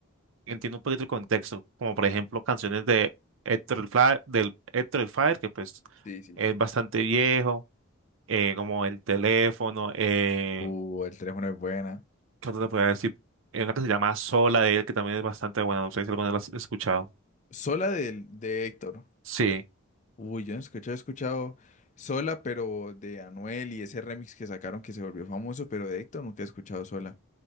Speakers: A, on the right; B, on the left.
A: entiendo un poquito el contexto, como por ejemplo canciones de Héctor el Fly- del Héctor el Fire, que pues
B: Sí, sí.
A: es bastante viejo, eh, como El Teléfono, eh,
B: Uh, el teléfono es buena.
A: ¿Qué otra te podría decir? Hay una que se llama Sola de él, que también es bastante buena. No sé si alguna vez la has escuchado.
B: Sola del- de, Héctor.
A: Sí.
B: Uy, yo no escuché, he escuchado Sola, pero de Anuel y ese remix que sacaron que se volvió famoso, pero de Héctor nunca he escuchado Sola.